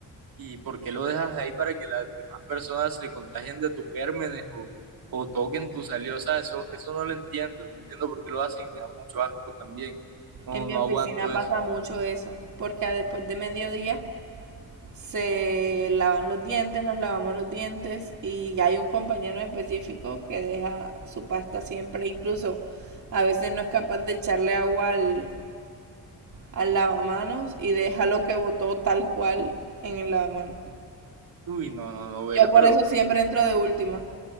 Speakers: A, on the right; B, on the right.
A: ¿Y por qué lo dejas ahí para que las demás personas se contagien de tus gérmenes o, o toquen tu saliva? O sea, eso, eso no lo entiendo, no entiendo por qué lo hacen y me da mucho asco también. No,
B: En mi
A: no
B: oficina
A: aguanto
B: pasa
A: eso.
B: mucho eso, porque después de mediodía se lavan los dientes, nos lavamos los dientes y hay un compañero en específico que deja su pasta siempre, incluso a veces no es capaz de echarle agua al, al lavamanos y deja lo que botó tal cual en el lavamanos.
A: Uy, no, no, no, veré,
B: Yo por
A: pero,
B: eso siempre entro de última.